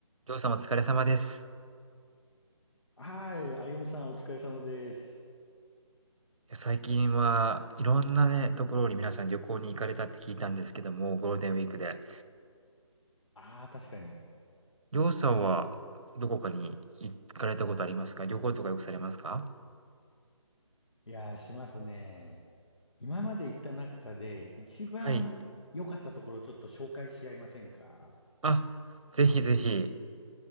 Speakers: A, on the right; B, on the left.
A: りょうさんお疲れ様です。
B: はい、あゆむさんお疲れ様です。
A: いや最近はいろんなね、ところに皆さん旅行に行かれたって聞いたんですけども、
B: うん。
A: ゴールデンウィークで。
B: ああー、確かに。
A: りょうさんはどこかに行かれたことありますか旅行とかよくされますか
B: いやー、しますね。今まで行った中で一番良かったところをちょっと紹介し合いませんか
A: はい。あ、ぜひぜひ。